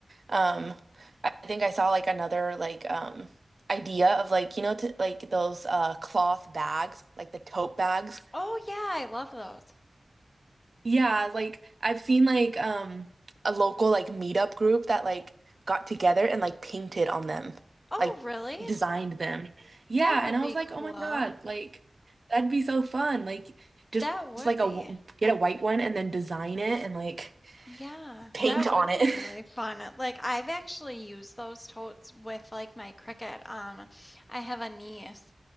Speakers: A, on the right (about 50°); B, on the left (about 25°).
A: Um, I think I saw like another like um idea of like you know to, like those uh cloth bags, like the tote bags.
B: Oh, yeah, I love those.
A: Yeah, like I've seen like um a local like meetup group that like got together and like painted on them,
B: Oh,
A: like
B: really?
A: designed them. Yeah,
B: That would
A: and I
B: be
A: was like,
B: cool.
A: "Oh my God, like that'd be so fun." Like just,
B: That would
A: just like a
B: be.
A: w- get a white one and then design it and like
B: Yeah,
A: paint
B: that
A: on
B: would
A: it.
B: be
A: <laughs>
B: really fun. Like I've actually used those totes with like my Cricut. Um, I have a niece